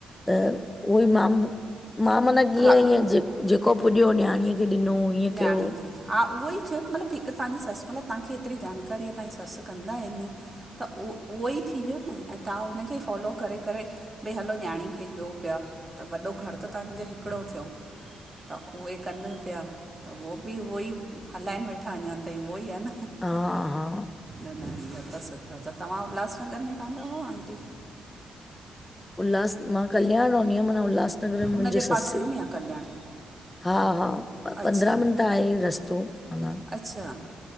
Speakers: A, on the left; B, on the right.
A: त उहोई मां, मां माना कीअं
B: हा
A: ईअ जे जेको पुॼियो नियाणीअ ॾिनो ईअं
B: नियाणी
A: कयो
B: खे हा, उहो ई थियो न, मलब, हिक तव्हांजी ससु मलब, तव्हांखे हेतिरी जानकारी आहे, तव्हांजी ससु कंदा आहिन। त उहो, उहो ई थी वियो न, ऐं तव्हां उनखे फॉलो करे करे भई, हलो नियाणी खे ॾियो पिया, त वॾो घरु त तव्हांजो हिकिड़ो थियो। त उहे कन पिया, त उहो बि उहो ई, हलाइनि वेठा अञा ताईं उहो ई आ न ह,
A: हा हा
B: न न इहो त सुठो त, त तव्हां उल्हासनगर में कान रहो आंटी?
A: उल्हास, मां कल्याण रोहनी हुअम, माना उल्हासनगर में
B: हुनजे
A: मुंहिंजे सस
B: पासे में आहे कल्याण
A: हा हा,
B: अच्छा
A: पंद्रहं मिंट आहे रस्तो, माना
B: अच्छा